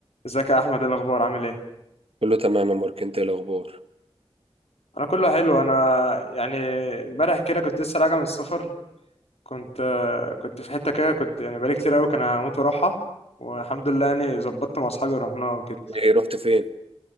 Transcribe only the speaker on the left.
ازيك يا احمد إيه الاخبار عامل ايه
انا كله حلو انا يعني امبارح كده كنت لسه راجع من السفر كنت كنت في حته كده كنت يعني بقالي كتير قوي كان هموت واروحها والحمد لله يعني ظبطت مع اصحابي ورحناها وكده